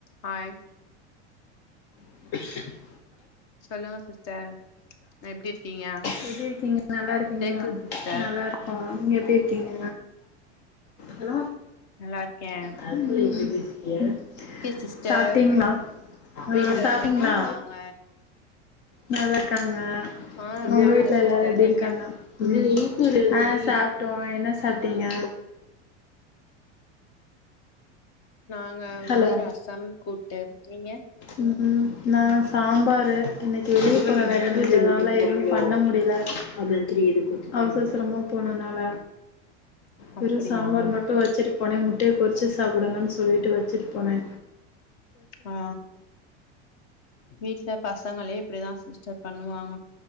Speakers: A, on the left; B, on the left.
A: Hi
B: <unintelligible>
A: சொல்லுங்க sister எப்டி இருக்கீங்க
B: எப்டி இருக்கீங்க நல்லாருக்கீங்லா
A: கேக்குது சிஸ்டர்
B: நல்லாருக்கோ நீங்க எப்டி இருக்கீங்க ஹலோ
A: நல்லாருக்கே
B: <unintelligible>
A: சிஸ்டர்
B: சாப்ட்டிங்ளா <inaudible>
A: வீட்ல எல்லாரு
B: சாப்ட்டிங்ளா
A: எப்டி இருக்காங்க
B: நல்லாருக்கங்க
A: ஆ
B: உங்க
A: சாப்ட்டோ
B: வீட்ல
A: சிஸ்டர்
B: எல்லாரு எப்டி
A: நீங்க
B: இருக்காங்க <inaudible> ஆ சாப்ட்டோ என்ன சாப்ட்டிங்க
A: நல்லா நாங்க வந்து
B: ஹலோ
A: ரசம் கூட்டு நீங்க
B: ம் நா சாம்பாரு இன்னைக்கு வெள்ளி கெழம <inaudible> ங்கறதுனால எதுவு பண்ண முடில அவச அவசரமா போனனால
A: <inaudible>
B: வெறு
A: அப்டியா
B: சாம்பார் மட்டு வச்சிரு போனே முட்டைய பொறிச்சு சாப்டுங்கன் சொல்லிட்டு வச்சிட்டு போனே
A: ஆ வீட்ல பசங்களே இப்டிதா சிஸ்டர் பண்ணுவாங்க